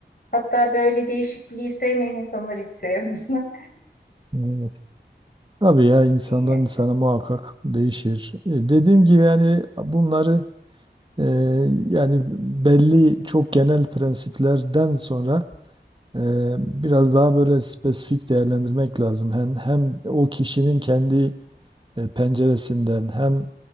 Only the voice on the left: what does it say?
Hatta böyle değişikliği sevmeyen insanları hiç sevmiyorum.
<laughs>